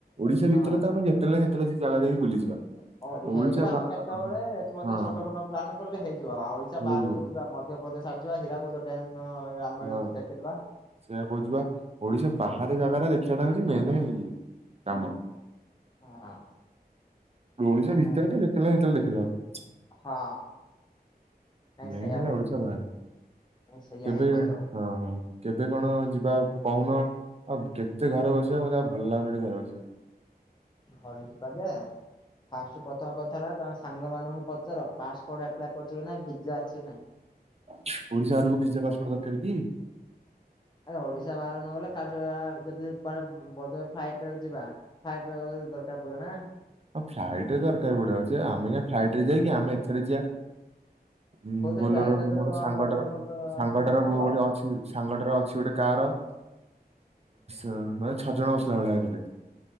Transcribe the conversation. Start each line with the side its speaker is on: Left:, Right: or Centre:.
Right: ଓଡ଼ିଶା
Left: ହଁ
Right: ଭିତରେ ତ ଆମେ ଯେତେଳେ ନାଇଁ ସେତେଳେ ସେ ଜାଗା ଯାଇକି ବୁଲିଯିବା।
Left: ଓଡ଼ିଶା
Right: ଓଡିଶା
Left: ଭିତରେ ଆମେ
Right: ବା
Left: କେତେବେଳେ ମଧ୍ୟ
Right: ହଁ
Left: ଛୋଟ ମୋଟ ପ୍ଲାନ୍ କଲେ ହେଇଯିବ ଆଉ ଓଡ଼ିଶା
Right: ହେଇଯିବ
Left: ବାହାରୁ ଯିବା ମଧ୍ୟ <unintelligible> ସାରିଯିବା ହୀରାକୁଦ ଡ୍ୟାମ୍ ଆମର
Right: ହଁ
Left: ଅଛି ଦେଖିଦବା
Right: ସେଇଆ କହୁଛି ବା ଓଡ଼ିଶା
Left: ହୁଁ,
Right: ବାହାରେ ଯା ଦେଖିବାଟା ହଉଛି ମେନ୍ କାମ।
Left: ହଁ
Right: ଓଡ଼ିଶା ଭିତରେ
Left: ହଁ
Right: ତ ଯେତେବେଳେ ନାଇଁ ସେତେବେଳେ ଦେଖିଦବ।
Left: ହଁ। ନାଇଁ
Right: ମେନେ
Left: ସେଇଆ
Right: ହେଲା
Left: କରିବା
Right: ଓଡ଼ିଶା ବାହାରେ
Left: ନାଇଁ ସେଇଆ
Right: କେବେ
Left: ହିଁ କରିବା ଆଉ
Right: ହଁ ହଁ। କେବେ କଣ ଯିବା କହୁନ ଆଉ କେତେ ଘରେ ବସିବା ମୋତେ ଆଉ ଭଲ ଲାଗୁନି ଏଠି ଘରେ ବସିବାକୁ।
Left: ଘରୁ ଯିବା ଯେ ଫାଷ୍ଟ୍ ପ୍ରଥମ କଥା ହେଲା ତ ସାଙ୍ଗ ମାନଙ୍କୁ ପଚାର ପାସପୋର୍ଟ ଆପ୍ଲାଏ କରିଛ କି ନାଇଁ ଭିଜା ଅଛି କି ନାଇଁ?
Right: ଓଡ଼ିଶା ବାହାରକୁ ଭିଜା ପାସପୋର୍ଟ ଦରକାର କି?
Left: ଆରେ ଓଡ଼ିଶା ବାହାରକୁ ନଗଲେ କା ଯଦି କୁଆଡ଼େ <unintelligible> ଫ୍ଲାଇଟ୍ ରେ ଯିବା। ଫ୍ଲାଇଟ୍ ଗଲେ ଦରକାର ପଡ଼ିବ ନା।
Right: ହଁ ଫ୍ଲାଇଟ୍ ରେ ଦରକାର ପଡ଼ିବ ଯେ ଆମେ କାଇଁ ଫ୍ଲାଇଟ୍ ରେ ଯିବାକି ଆମେ ଏଥିରେ ଯିବା। ଉଁ
Left: କୋଉଥିରେ
Right: ବୋଲର
Left: ଯା ଏତେ ଦୂର
Right: ମୋର
Left: କଣ
Right: ସାଙ୍ଗଟା
Left: ବୋଲେରୋ
Right: ର
Left: ଫୋଲେରୋ
Right: ସାଙ୍ଗଟା
Left: ସୁବିଧା
Right: ର
Left: ହବ।
Right: ବୋ ଗୋଟେ ଅଛି। ସାଙ୍ଗଟା ର ଅଛି ଗୋଟେ କାର ଅ ମାନେ ଛଅ ଜଣ ବସିଲା ଭଳିଆ ଏଥିରେ।